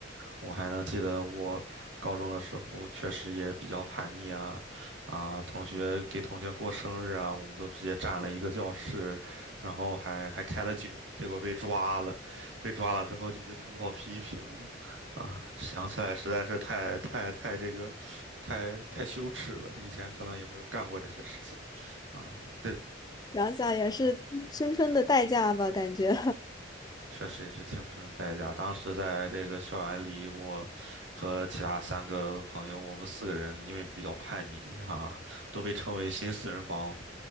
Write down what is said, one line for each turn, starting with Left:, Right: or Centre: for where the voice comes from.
Right: 我还能记得我高中的时候，确实也比较叛逆啊，啊，同学给同学过生日啊，我们都直接占了一个教室，然后还还开了酒，结果被抓了，被抓了之后就被通报批评了，啊，想起来实在是太太太这个，太太羞耻了，以前可能也没有干过这些事情啊，这。
Left: 想想也是青春的代价吧，
Right: 哇。
Left: 感觉，
Right: 确实也是青春的代价。当时在这个校园里，我和其他三个朋友，我们四个人因为比较叛逆哈、都被称为新四人帮的。